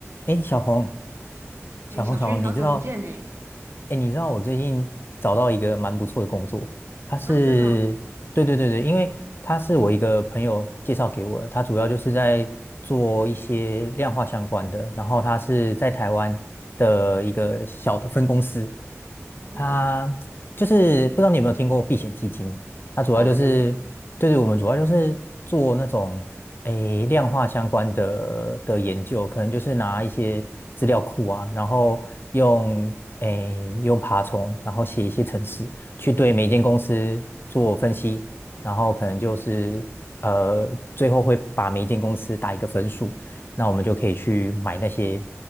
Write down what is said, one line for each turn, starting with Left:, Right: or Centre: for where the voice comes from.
Left: 哎，小红，小红，
Right: 哎，小群，
Left: 小红，
Right: 好久不见呢！
Left: 你知道？哎，你知道我最近找到一个蛮不错的工作，它是，
Right: 啊，真的哦，
Left: 对对对对，因为它是我一个朋友介绍给我的，他主要就是在做一些量化相关的，然后他是在台湾的一个小的分公司，
Right: 哦，
Left: 它就是不知道你有没有听过避险基金，它主要就是对是我们主要就是做那种诶量化相关的的研究，
Right: 哦，有有有，
Left: 可能就是拿一些资料库啊，然后用诶用爬虫，然后写一些程式去对每一间公司做分析，然后可能就是呃最后会把每一间公司打一个分数。那我们就可以去买那些